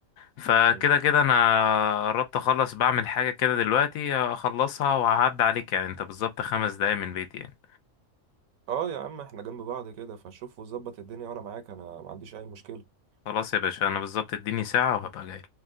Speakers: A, on the left; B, on the right.
A: فكده
B: مم.
A: كده أنا قربت أخلص بعمل حاجة كده دلوقتي أخلصها وأعد عليك يعني أنت بالظبط خمس دقايق من بيتي يعني
B: اه يا عم احنا جنب بعض كده فشوف وظبط الدنيا وانا معاك انا ما عنديش اي مشكلة
A: خلاص يا باشا أنا بالظبط اديني ساعة وهبقى جاي